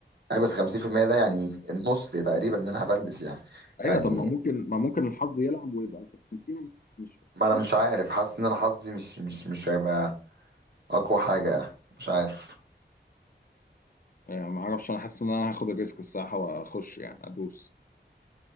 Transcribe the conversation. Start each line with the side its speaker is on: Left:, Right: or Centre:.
Right: آه بس 50% ده يعني النص تقريبا ان انا هفلس يعني
Left: ايوه
Right: يعني
Left: طب ما ممكن ما ممكن الحظ يلعب ويبقى في 50 مش في
Right: ما
Left: 50
Right: انا مش عارف حاسس ان انا حظي مش مش مش هيبقى اقوى حاجة مش عارف
Left: يعني ما اعرفش انا حاسس ان انا هاخد الريسك الصراحه واخش يعني ادوس